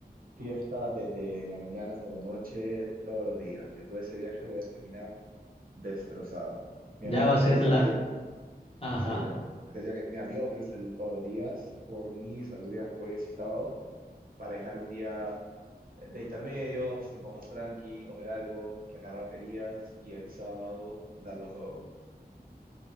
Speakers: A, on the right; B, on the left.
A: Fiesta desde la mañana hasta la noche, todos los días. Después de ese viaje voy a terminar destrozado. Mi amigo
B: ya va
A: va
B: a
A: a querer
B: ser
A: salir,
B: la... Ajá.
A: se- decía que mi amigo va a querer salir todos los días. Por mí saldría jueves y sábado para dejar un día eh, de intermedio, pues, un poco más tranqui, comer algo, recargar baterías y el sábado darlo todo.